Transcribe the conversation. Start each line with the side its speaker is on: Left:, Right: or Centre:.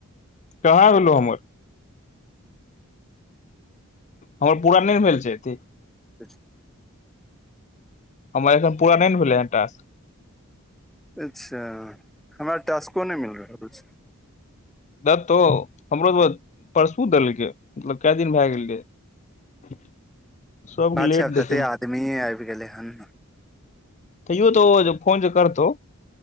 Left: <unintelligible> हमर पूरा नहि भेल छै एती।
Centre: <inaudible>
Left: हमर एखन पूरा नहि ने भेलै ह टास्क।
Centre: अच्छा हमरा टस्को नहि मिल रहल अछि।
Left: दतो हमरो त परसू देलकै मतलब क दिन भए गेल रहे। <unintelligible> <unintelligible>
Centre: आछा
Left: लेट देखे
Centre: तते
Left: मे।
Centre: आदमीे आबि गेलै हन।
Left: त यो त फोन जे करतौ